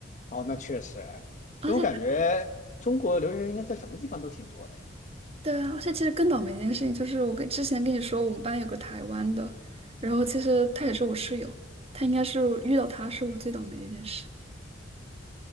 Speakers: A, on the left (about 40°); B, on the right (about 35°).
A: 哦，那确实，
B: <laughs> 而且。
A: 所以我感觉中国留学生应该在什么地方都挺多的呀。
B: 对啊，而且其实更倒霉的一件事情就是，我跟之前跟你说，我们班有个台湾的，然后其实他也是我室友，他应该是遇到他是我最倒霉的一件事。